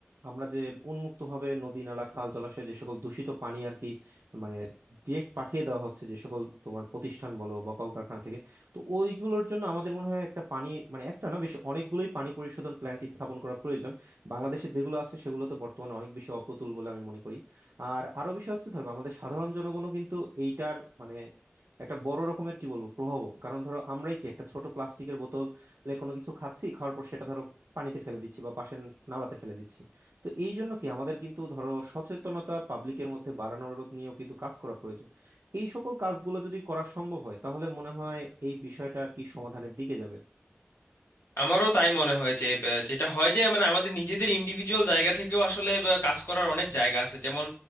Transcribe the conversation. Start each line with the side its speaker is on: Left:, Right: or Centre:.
Right: আমরা যে উন্মুক্তভাবে নদী নালা খাল জলাশয় যে সকল দূষিত পানি আর কি মানে ডিরেক্ট পাঠিয়ে দেওয়া হচ্ছে যে সকল তোমার প্রতিষ্ঠান বলো বা কলকারখানা থেকে তো ওইগুলোর জন্য আমাদের মনে হয় একটা পানি মানে একটা না বেশ অনেকগুলোই পানি পরিশোধন প্ল্যান্ট স্থাপন করা প্রয়োজন বাংলাদেশে যেগুলো আছে সেগুলো তো বর্তমানে অনেক বেশি অপ্রতুল বলে আমি মনে করি আর আরো বিষয় হচ্ছে ধরো আমাদের সাধারণ জনগণও কিন্তু এইটার মানে একটা বড় রকমের কি বলবো প্রভাবক কারণ ধরো আমরাই কি একটা ছোট প্লাস্টিকের বোতলে কোনো কিছু খাচ্ছি খাওয়ার পর সেটা ধরো পানিতে ফেলে দিচ্ছি বা পাশে নালাতে ফেলে দিচ্ছি তো এই জন্য কি আমাদের কিন্তু ধরো সচেতনতা পাবলিকের মধ্যে বাড়ানোর নিয়েও কিন্তু কাজ করা প্রয়োজন এই সকল কাজগুলো যদি করা সম্ভব হয় তাহলে মনে হয় এই বিষয়টা আর কি সমাধানের দিকে যাবে
Left: আমারও তাই মনে হয় যে আহ, যেটা হয় যে মানে আমাদের নিজেদের ইন্ডিভিজুয়াল জায়গা থেকেও আসলে আহ, কাজ করার অনেক জায়গা আছে যেমন